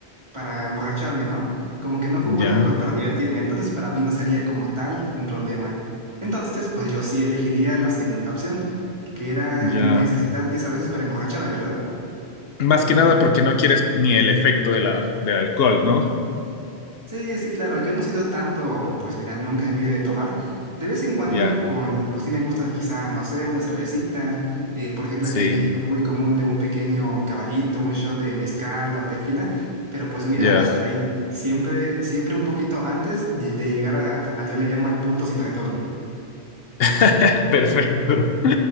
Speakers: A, on the right; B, on the left.
A: para emborracharme, ¿no? Como que no ocupo
B: ya,
A: el alcohol para divertirme, entonces para mí no sería como tal un problema. Entonces, pues yo sí elegiría la segunda opción, que era
B: ya.
A: necesitar 10 cervezas para emborracharme, ¿verdad?
B: Más que nada porque no quieres ni el efecto de la, del alcohol, ¿no?
A: Sí, sí, claro. Yo no he sido tanto, pues mira, nunca en mi vida de tomar. De vez en cuando,
B: Ya,
A: con, pues sí me gusta quizá, no sé, una cervecita. Eh, por ejemplo,
B: sí,
A: aquí en México es muy común de un pequeño caballito, un shot de mezcal o tequila. Pero pues mira,
B: ya.
A: hasta ahí. Siempre, siempre un poquito antes de, de llegar a, a- yo le llamo al punto sin retorno.
B: <laughs> Perfecto.